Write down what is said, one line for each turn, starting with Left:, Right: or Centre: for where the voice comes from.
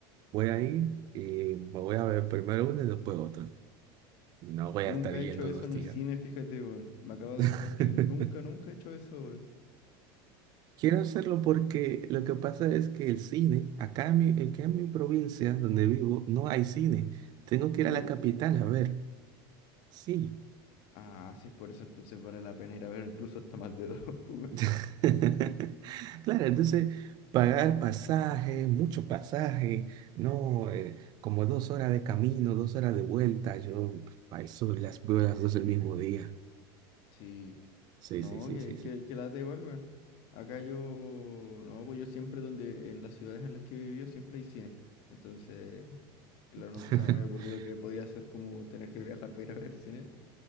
Right: voy a ir y me voy a ver primero una y después otra. No voy
Left: Nunca
Right: a estar yendo
Left: he hecho eso
Right: dos
Left: en
Right: días.
Left: el cine, fíjate, weón. Me acabo de
Right: <laughs>
Left: dar cuenta que nunca, nunca he hecho eso, weón.
Right: Quiero hacerlo porque lo que pasa es que el cine, acá en mi, aquí en mi provincia donde vivo, no hay cine. Tengo que ir
Left: ¿No?
Right: a la capital a ver. Sí.
Left: Ah, sí, es por eso entonces vale la pena ir a ver incluso hasta más de dos, <laughs> pues, weón.
Right: <laughs> Claro, entonces pagar pasaje, mucho pasaje, no, Eh, como dos horas de camino, dos horas de vuelta. Yo al sur las veo las dos el mismo día.
Left: Sí.
Right: Sí,
Left: No,
Right: sí, sí,
Left: que,
Right: sí, sí.
Left: que, que lata igual, weón. Acá yo, no, pues yo siempre donde, en las ciudades en las que he vivido siempre hay cine. Entonces, claro,
Right: <laughs>
Left: nunca se me había ocurrido que podía ser como tener que viajar para ir a ver cine.